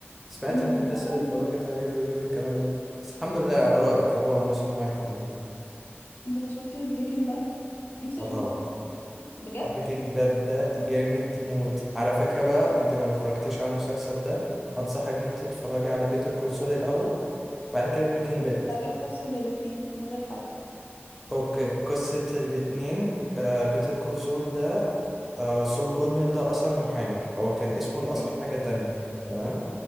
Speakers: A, in the centre; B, on the left.
A: سمعت
B: امم
A: ان الناس
B: هو بعد
A: اللي اتفرجت عليه بيقولوا لي الكلام ده بس الحمد لله على رأيك هو موسم واحد يعني
B: انت شفت بريكنج باد نفسي
A: اه
B: اشوفه
A: طبعا
B: بجد
A: بريكنج باد ده جامد موت على فكرة بقى انت لو ما اتفرجتيش على المسلسل ده انصحك ان انت تتفرجي على بيتر كول سول الاول بعد كده بريكنج باد
B: طب ايه قصة الاتنين من غير حرق
A: اوكي قصة الاتنين آه بيتر كول سول ده آه سول جودمان ده اصلا محامي هو كان اسمه الاصل
B: مم.
A: حاجة تانية تمام